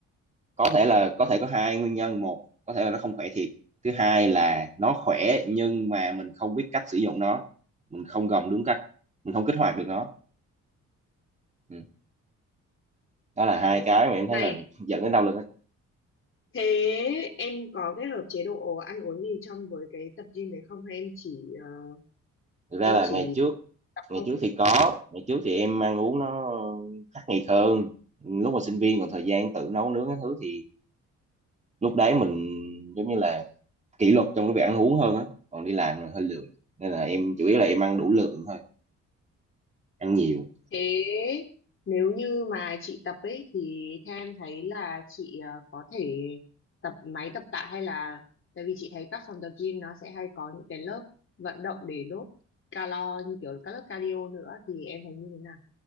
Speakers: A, on the right; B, on the left.
A: có thể là có thể có hai nguyên nhân một có thể là nó không khỏe thiệt thứ hai là nó khỏe nhưng mà mình không biết cách sử dụng nó mình không gồng đúng cách mình không kích hoạt được nó ừ. đó là
B: À,
A: hai cái mà em thấy
B: này
A: là dẫn đến đau lưng á
B: thế em có kết hợp chế độ ăn uống gì trong với cái tập gym đấy không hay em chỉ ờ,
A: thực ra
B: em
A: là
B: chỉ
A: ngày trước
B: tập
A: ngày
B: thôi
A: trước thì có ngày trước thì em ăn uống nó khắc nghiệt hơn lúc mà sinh viên còn thời gian tự nấu nướng cái thứ thì lúc đấy mình giống như là kỷ luật trong cái việc ăn uống hơn á còn đi làm rồi hơi lười nên là em chủ yếu là em ăn đủ lượng thôi ăn nhiều
B: thế nếu như mà chị tập ấy thì theo em thấy là chị ờ, có thể tập máy tập tạ hay là tại vì chị thấy các phòng tập gym nó sẽ hay có những cái lớp vận động để đốt calo như kiểu các lớp cardio nữa thì em thấy như thế nào